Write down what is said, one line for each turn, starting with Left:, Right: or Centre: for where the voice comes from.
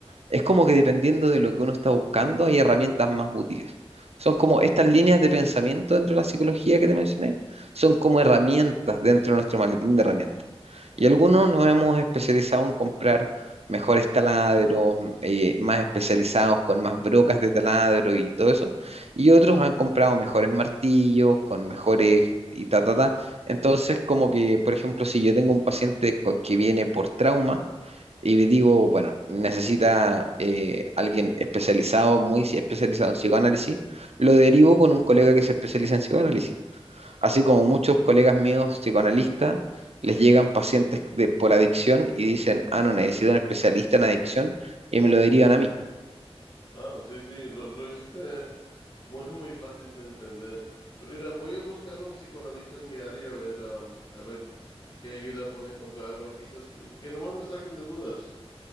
Right: Es como que dependiendo de lo que uno está buscando, hay herramientas más útiles. Son como estas líneas de pensamiento dentro de la psicología que te mencioné, son como herramientas dentro de nuestro maletín de herramientas. Y
Left: Ah.
Right: algunos nos hemos especializado en comprar mejores taladros, eh, más especializados con más brocas de taladro y todo eso. Y otros han comprado mejores martillos, con mejores y ta, ta, ta. Entonces, como que, por ejemplo, si yo tengo un paciente con- que viene por trauma, y digo, bueno, necesita eh, alguien especializado, muy si- especializado en psicoanálisis. Lo derivo con un colega que se especializa en psicoanálisis. Así como muchos colegas míos psicoanalistas, les llegan pacientes de- por adicción y dicen, ah, no, necesito un especialista en adicción y me lo derivan a mí.
Left: Ah, sí, sí, lo, lo hiciste muy, muy fácil de entender. Pero mira, voy a buscar un psicoanalista en mi área a ver, am, a ver qué ayuda puedo encontrar o quizás que, que nomás me saquen de dudas.